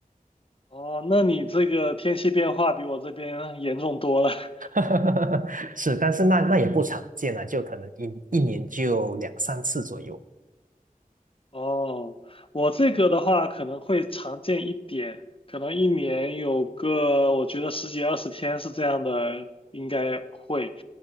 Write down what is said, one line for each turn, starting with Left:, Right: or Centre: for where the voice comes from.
Left: 哦，那你这个天气变化比我这边严重多了。<laughs>
Right: <laughs> 是，但是那那也不常见啊，就可能一一年就两三次左右。
Left: 哦，我这个的话可能会常见一点，可能一年有个我觉得十几二十天是这样的，应该会。